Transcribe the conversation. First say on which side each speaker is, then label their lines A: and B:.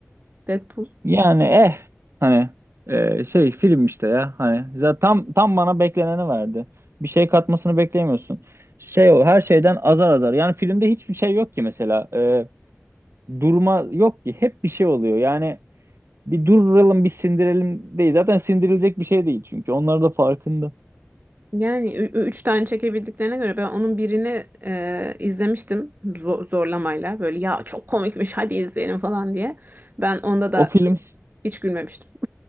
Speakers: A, on the right; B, on the right.
A: Deadpool.
B: Yani eh hani eh, şey film işte ya hani zaten tam tam bana bekleneni verdi. Bir şey katmasını beklemiyorsun. Şey o her şeyden azar azar. Yani filmde hiçbir şey yok ki mesela. Eh, durma yok ki. Hep bir şey oluyor. Yani bir duralım bir sindirelim değil. Zaten sindirilecek bir şey değil çünkü. Onlar da farkında.
A: Yani ü- ü- üç tane çekebildiklerine göre ben onun birini e, izlemiştim zo- zorlamayla böyle ya çok komikmiş hadi izleyelim falan diye. Ben onda da
B: O film
A: hiç gülmemiştim.